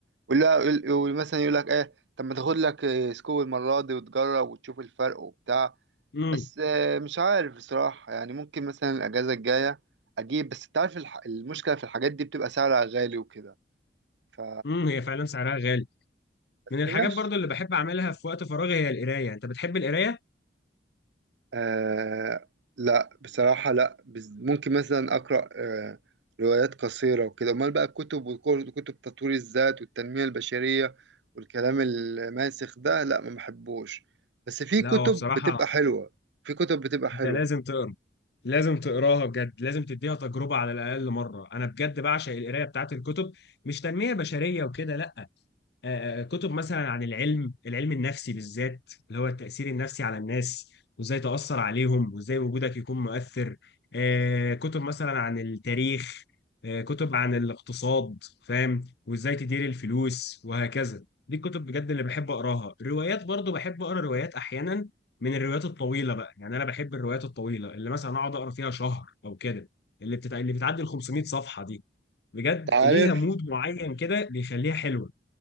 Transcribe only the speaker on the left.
امم
امم هي فعلا سعرها غالي
من الحاجات
برضو اللي بحب اعملها في وقت فراغي هي القرايه انت بتحب القرايه
لا
هو بصراحه
انت لازم تقرا لازم تقراها بجد لازم تديها تجربه على الاقل مره انا بجد بعشق القرايه بتاعت الكتب مش تنميه بشريه وكده لا آه، آه، كتب مثلا عن العلم العلم النفسي بالذات اللي هو التأثير النفسي على الناس وازاي تأثر عليهم وازاي وجودك يكون مؤثر آه، كتب مثلا عن التاريخ آه، كتب عن الاقتصاد فاهم وازاي تدير الفلوس وهكذا دي الكتب بجد اللي بحب أقراها الروايات برضو بحب أقرأ روايات أحيانا من الروايات الطويلة بقى يعني أنا بحب الروايات الطويلة اللي مثلا أقعد أقرأ فيها شهر أو كده اللي بتتع... اللي بتعدي ال 500 صفحة دي بجد
ليها مود معين كده بيخليها حلوة